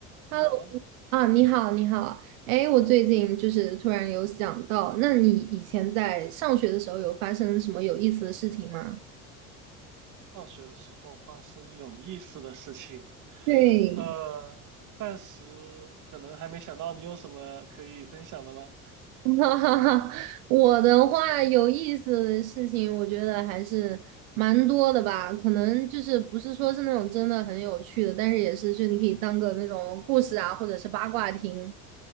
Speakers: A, on the right (about 40°); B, on the right (about 65°).
A: 你好，
B: Hello 啊，你好，你好。哎，我最近就是突然有想到，那你以前在上学的时候有发生什么有意思的事情吗？
A: 放学的时候发生有意思的事情，
B: 对，
A: 呃，暂时可能还没想到你有什么可以分享的吗？
B: <laughs> 哈哈哈，我的话有意思的事情，我觉得还是蛮多的吧。可能就是不是说是那种真的很有趣的，但是也是就你可以当个那种故事啊，或者是八卦听。